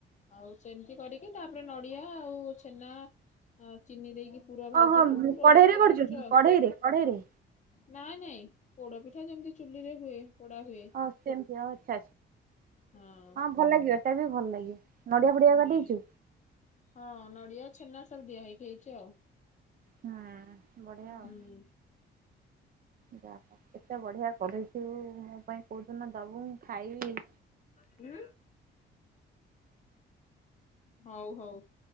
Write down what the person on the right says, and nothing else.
ଓହୋ
କଢେଇରେ
କି
କଢେଇରେ କଢେଇରେ?
ହଉ ସେମିତି ଆଉ ଆଛା,
ଭଲ ଲାଗିବ ଏଟା ବି ଭଲ ଲାଗିବ, ନଡିଆ ଫଡିଆ
କାଟିଛୁ?
ହୁଁଏଁ ବଢ଼ିଆ ଆଉ,
ଯା କେତେ-କେତେ ବଢ଼ିଆ କରିଛିବୁ ମୋ ପାଇଁ କହୁଦିନ ଦବୁ ମୁଁ ଖାଇବି?